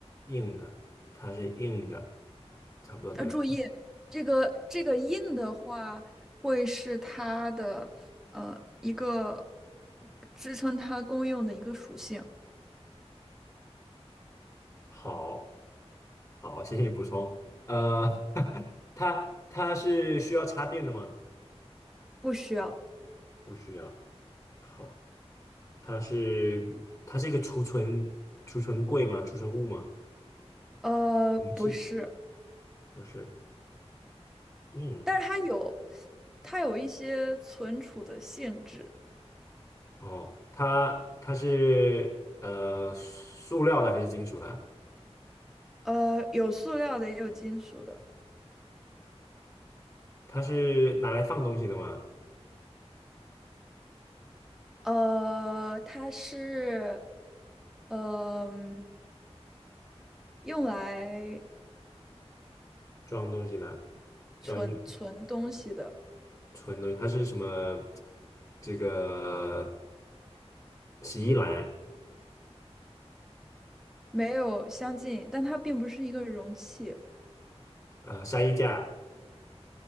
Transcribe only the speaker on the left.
硬的，它是硬的，差不多的。
好，好，谢谢你补充。呃，<laughs> 它它是需要插电的吗？
不需要。好，它是它是一个储存储存柜吗？储存物吗？
容器
不是硬的。
哦，它它是呃塑料的还是金属的？
它是拿来放东西的吗？
装东西的，
装衣服、存东西，它是什么？这个洗衣篮，
呃，晒衣架。